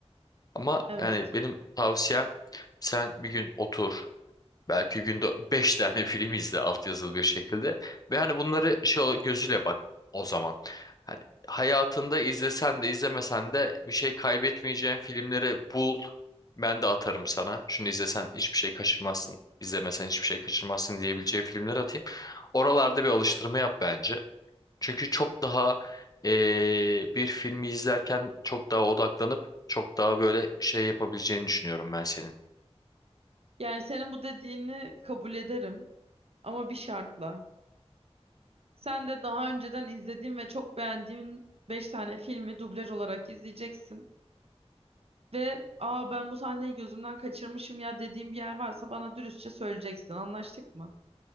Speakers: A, on the left; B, on the right.
A: Ama
B: Evet.
A: yani benim tavsiyem sen bir gün otur Belki günde 5 tane <laughs> film izle altyazılı bir şekilde. Ve hani bunları şey ol- gözüyle bak o zaman. Hani hayatında izlesen de izlemesen de bir şey kaybetmeyeceğin filmleri bul. Ben de atarım sana. Şunu izlesen hiçbir şey kaçırmazsın. izlemesen hiçbir şey kaçırmazsın diyebileceğim filmler atayım. Oralarda bir alıştırma yap bence. Çünkü çok daha eee, bir filmi izlerken çok daha odaklanıp çok daha böyle şey yapabileceğini düşünüyorum ben senin.
B: Yani senin bu dediğini kabul ederim ama bir şartla. Sen de daha önceden izlediğin ve çok beğendiğin 5 tane filmi dublaj olarak izleyeceksin. Ve aa ben bu sahneyi gözümden kaçırmışım ya dediğim bir yer varsa bana dürüstçe söyleyeceksin. Anlaştık mı?